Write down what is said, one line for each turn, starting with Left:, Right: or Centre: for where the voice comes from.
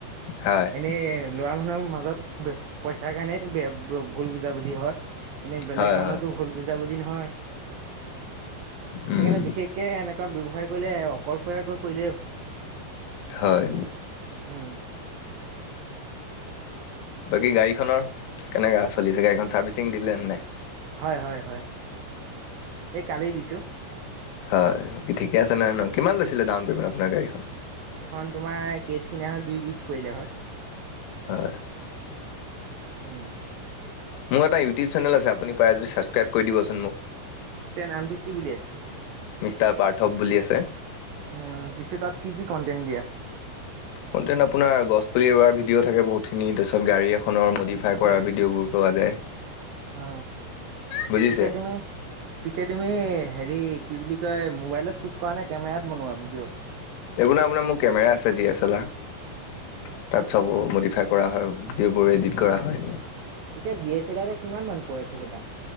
Left: হয়,
Right: এনেই ল'ৰা মানুহৰ মাজত পইছাৰ কাৰণে তো বে বো ভুল বুজাবুজি হয়। এনেই বেলেগ
Left: হয়,
Right: কাৰণতটো
Left: হয়,
Right: ভুল বুজাবুজি নহয়,
Left: উম,
Right: সেইকাৰণে বিশেষকে এনে কুৱা ব্যৱসায় কৰিলে অকলশৰীয়াকৈ
Left: হয়,
Right: উম।
Left: বাকী গাড়ীখনৰ কেনেকা চলিছে গাড়ীখন চাৰ্ভিচিং দিলে নে নাই?
Right: হয় হয় হয়। এই কালি দিছোঁ।
Left: হয় ঠিকে আছে নহয় ন কিমান লৈছিলে ডাউনপেমেণ্ট আপোনাৰ গাড়ীখন।
Right: এইখন তোমাৰ কেচ কিনা হয় দুই বিচ পৰিলে হয়
Left: হয়
Right: উম
Left: মোৰ এটা ইউটিউব চেনেল আছে আপুনি পাৰে যদি চাবচক্ৰাইব কৰি দিবচোন মোক
Right: পিছে নামটো কি বুলি আছে?
Left: মিষ্টাৰ পাৰ্থৱ বুলি আছে।
Right: উম পিছে তাত কি কি কন্টেণ্ট দিয়া?
Left: কন্টেন আপোনাৰ গছ পুলি ৰ ভিডিঅ থাকে বহুতখিনি তাৰপিত গাড়ী এখনৰ মডিফাই কৰাাৰ ভিডিঅ'বোৰ যায়
Right: উ
Left: বুজিছে
Right: পিছে তুমি পিছে তুমি হেৰি কি বুলি মোবাইলত চুট কৰা নে কেমেৰাত বনোৱা ভিডিঅ'?
Left: এইবোৰৰ আপোনাৰ মোৰ কেমেৰা আছে ডি এছ তাত চব মডিফাই কৰা হয় ভিডিঅ'বোৰ এডিট কৰা হয়
Right: পিছে ডি এছ চেলাৰ কিমান মান পৰে ছাগে দাম